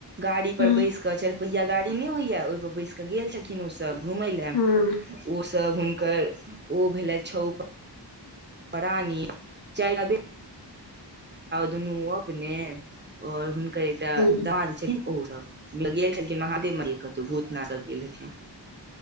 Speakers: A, on the right; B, on the left.
A: गाड़ी
B: हूँ
A: पर बैस क चारिपहिया गाड़ी नहि होइया ओहिपर बैस कऽ गेल छलखिन ओ सभ घुमय लए
B: हँ हूँ
A: ओसभ हुनकर ओ भेले छौ पड़ानी चाय तबे दुनू अपने और हुनकर एकटा
B: तऽ
A: डामाद छै ओ सब गेल छलखिन महादेव मन्दिर कतो भूतनाथ सब गेल हथिन